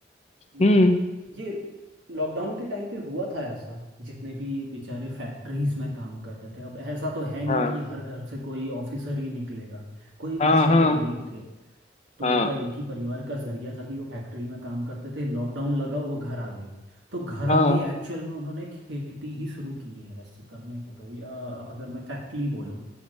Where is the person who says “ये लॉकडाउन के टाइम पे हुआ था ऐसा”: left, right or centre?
Right